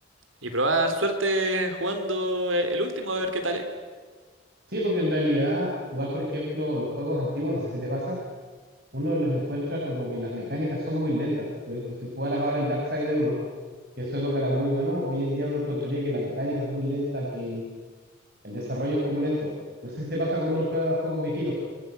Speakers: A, on the right; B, on the right.
A: y probar suerte jugando el último, a ver qué tal es.
B: Sí, porque en realidad jugar, por ejemplo, los juegos antiguos, no sé si te pasa, uno los encuentra como que las mecánicas son muy lentas. Por ejemplo, si jugaras ahora el Darksider 1, que en su época era muy bueno, hoy en día uno encontraría que la mecánica es muy lenta, que el, el desarrollo es como lento. No sé si te pasa cuando uno juega juegos viejitos.